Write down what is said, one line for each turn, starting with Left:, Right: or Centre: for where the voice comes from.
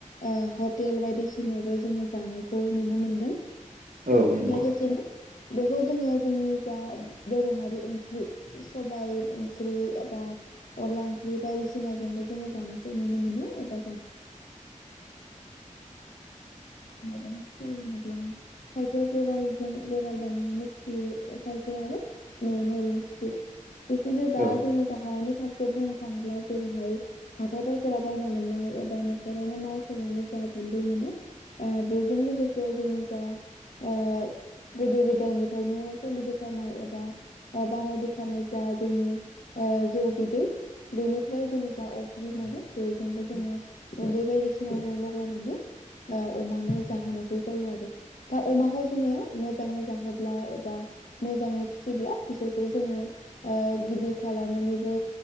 Left: ओ हटेल बायदिसिनायावबो जोङो जानायखौ नुनो मोनदों
Right: औ नंगौ
Left: लोगोसे नो बेखौ जोङो जोंनि जा दोरोङारि ओंख्रि सबाय ओंख्रि एबा अनला ओंख्रि बायदिसिनाजोंबो जोङो जानायखौ नुनो मोनो एबा जानाय <unintelligible> खायफाया बरालजों बराल <unintelligible> बिदिनो दा
Right: औ
Left: जोङो जाहानि बुंनो थाङोब्ला जेरैहाय हाथाय - बाजाराव बायना मोननाय एबा नसोरावनो माइ सनायनि जा गुन्दुै मोनो ओ बेजों लोगोसे जोंनि जा आ गोदो गोदायनिफ्रायनो सलिबोखानाय एबा बानायबोखानाय जा जोंनि ओ जौ बिदै बेनिफ्राय जोङो जा अफ्रि मोनो बेजोंबो जोङो उन्दै बायदिसिना लगायनानै अमानो जाहोनाय जायो आरो दा अमाखौ जोङो जोब्ला एबा मोजै फिसिब्ला बिसोरखौ जोङो ओ गिदिर खालाम बिनिबो